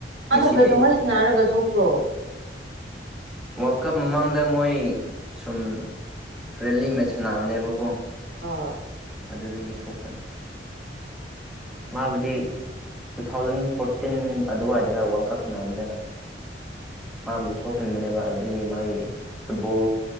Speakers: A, in the centre; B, on the right (about 85°).
A: ꯉꯁꯤꯗꯤ
B: ꯃꯥꯗꯣ ꯀꯩꯗꯧ ꯁꯥꯟꯅꯔꯒꯁꯨ ꯄ꯭ꯔꯣ
A: ꯋꯥꯔꯜ ꯀꯞ ꯃꯃꯥꯡꯗ ꯃꯣꯏ ꯁꯨꯝ ꯐ꯭ꯔꯦꯟꯂꯤ ꯃꯦꯠꯁ ꯁꯥꯟꯅꯕꯅꯦꯕꯀꯣ
B: ꯑꯥ
A: ꯑꯗꯨꯗꯒꯤ ꯁꯣꯛꯄꯅꯤ ꯃꯥꯕꯨꯗꯤ ꯇꯨ ꯊꯥꯎꯖꯟ ꯐꯣꯔꯇꯤꯟ ꯑꯗꯨꯋꯥꯏꯗ ꯋꯥꯔꯜ ꯀꯞ ꯁꯥꯟꯅꯕꯗ ꯃꯥꯕꯨ ꯁꯣꯛꯍꯟꯕꯅꯦꯕ ꯑꯗꯨꯒꯤ ꯃꯥꯒꯤ ꯐꯨꯠꯕꯣꯜ